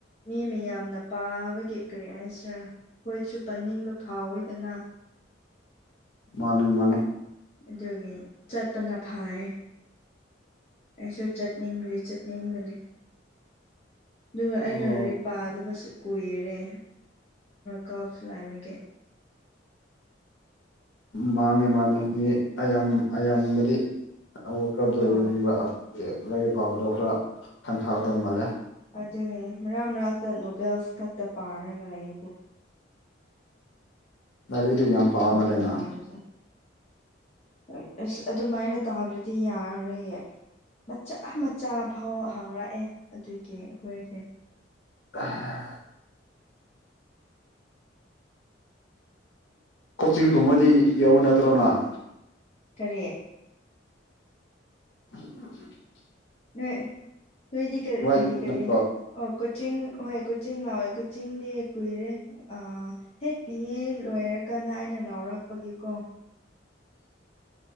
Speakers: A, on the left; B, on the left.
A: ꯃꯤ ꯃꯌꯥꯝꯅ ꯄꯥꯕꯒꯤ ꯀꯔꯤ ꯍꯥꯢꯁꯤꯔ ꯈꯣꯏꯁꯨ ꯄꯥꯅꯤꯡꯕ ꯐꯥꯎꯋꯤꯗꯅ
B: ꯃꯥꯅꯦ ꯃꯥꯅꯦ
A: ꯑꯗꯨꯒꯤ ꯆꯠꯄꯅ ꯐꯥꯏ ꯑꯩꯁꯨ ꯆꯠꯅꯤꯡꯕꯗꯤ ꯆꯠꯅꯤꯡꯕꯅꯤ ꯑꯗꯨꯒ ꯑꯩꯅ
B: ꯑꯣ
A: ꯂꯔꯤ ꯄꯥꯗꯕꯁꯨ ꯀꯨꯏꯔꯦ ꯀꯞꯁꯨ ꯂꯥꯏꯕꯒꯦ
B: ꯃꯥꯅꯦ ꯃꯥꯅꯦ ꯃꯤ ꯑꯌꯥꯝ ꯑꯌꯥꯝꯕꯗꯤ ꯋꯥꯀꯞꯗꯣ
A: ꯍꯣꯏ
B: ꯌꯦꯡꯕ ꯂꯥꯏꯔꯤꯛ ꯄꯥꯕꯗꯣ ꯈꯔ ꯈꯟꯊꯥꯛꯗꯧ ꯃꯥꯜꯂꯦ
A: ꯑꯗꯨꯒꯤꯅꯤ ꯃꯔꯛ ꯃꯔꯛꯇ ꯅꯣꯚꯦꯜꯁ ꯈꯛꯇ ꯄꯥꯔꯒ ꯂꯩ ꯕꯨꯛ
B: ꯃꯗꯨꯗꯤ ꯌꯥꯝ ꯄꯥꯝꯃꯜꯂꯦꯅ
A: ꯔꯤ ꯀꯥꯂꯁ <inaudible> ꯑꯁ ꯑꯗꯨꯃꯥꯏꯅ ꯇꯥꯗ꯭ꯔꯗꯤ ꯌꯥꯔꯔꯣꯏꯌꯦ ꯃꯆꯥ ꯃꯆꯥ ꯐꯥꯎ ꯍꯥꯡꯉꯛꯑꯦ ꯑꯗꯨꯒꯤ ꯑꯩꯈꯣꯏꯁꯦ
B: ꯑ <inaudible> ꯀꯣꯆꯤꯡꯒꯨꯝꯕꯗꯤ ꯌꯥꯎꯕ ꯅꯠꯇ꯭ꯔꯣ ꯅꯪ
A: ꯀꯔꯤ
B: ꯎ <inaudible>
A: ꯅꯣꯏ ꯅꯣꯏꯗꯤ ꯀꯔꯤ
B: ꯌꯧꯅꯗ꯭ꯔꯣ
A: ꯀꯔꯤ ꯑꯣ ꯀꯣꯆꯤꯡ ꯍꯣꯏ ꯀꯣꯆꯤꯡ ꯂꯧꯋꯦ ꯀꯣꯆꯤꯡꯗꯤ ꯀꯨꯏꯔꯦ ꯑꯥ ꯍꯦꯛ ꯄꯤꯌꯦ ꯂꯣꯏꯔꯀꯥꯟꯗ ꯑꯩꯅ ꯂꯥꯎꯔꯛꯄꯒꯤꯀꯣ